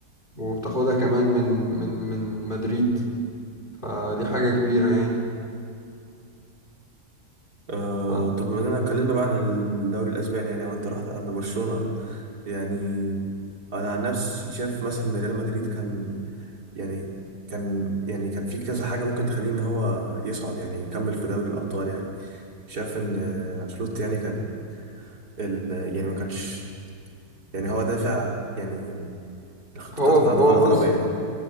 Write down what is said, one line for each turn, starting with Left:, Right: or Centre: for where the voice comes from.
Left: وبتاخدها كمان من من من مدريد فدي حاجة كبيرة يعني
Right: آه
Left: ف-
Right: طب بما اننا اتكلمنا بقى عن الدوري الاسباني يعني وانت رحت عند برشلونه يعني انا عن نفسي شايف مثلا ان ريال مدريد كان يعني كان يعني كان في كذا حاجه ممكن تخليه ان هو يصعد يعني يكمل في دوري الابطال يعني شايف ان آه، انشيلوتي يعني كان ال يعني ما كانش يعني هو دافع يعني الخطه
Left: هو
Right: بتاعته كانت
Left: هو
Right: غلط
Left: بص
Right: قوي يعني